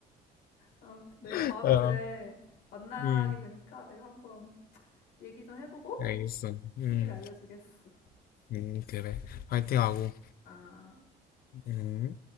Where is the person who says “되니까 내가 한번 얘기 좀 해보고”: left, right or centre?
Left